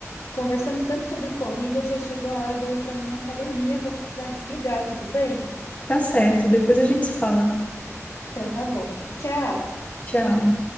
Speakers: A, on the left; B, on the left.
A: conversamos tanto sobre corrida, já chegou a hora de eu ir para minha academia, vou precisar desligar, tudo bem?
B: Tá certo, depois a gente se fala.
A: Então tá bom. Tchau.
B: Tchau.